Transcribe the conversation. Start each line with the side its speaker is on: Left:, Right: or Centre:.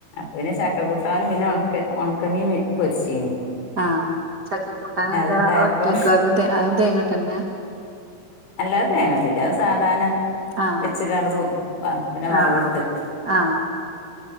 Left: പിന്നെ ചക്ക കൂട്ടാനും പിന്നെ ഒണക്ക ഒണക്കമീൻ പൊരിചീനി
Right: ആ ചക്ക കൂട്ടാനെന്താ
Left: അത്ണ്ടായപ്പോ
Right: ഒറ്റക്കോ അത അത് തേങ്ങട്ടന്നെ
Left: അല്ലാ അത് തേങ്ങിട്ടില അ സാധാരണ
Right: ആഹ്
Left: വെച്ച്കാണ്ട് സൂ പ്പ പിന്നെ വറവ്
Right: ആഹ്
Left: ഇട്ട് <inaudible>
Right: ആഹ്